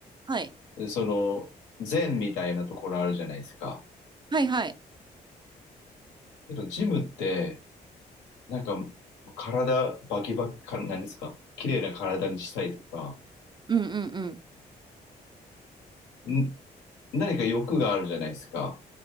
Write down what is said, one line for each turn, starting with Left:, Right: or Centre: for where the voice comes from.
Right: はい。
Left: でその、禅みたいなところあるじゃないですか。
Right: はいはい。
Left: けど、ジムって、なんか、体、バキバキ、か、何ですか綺麗な体にしたいとか、
Right: うんうんうん。
Left: ん、何か欲があるじゃないですか。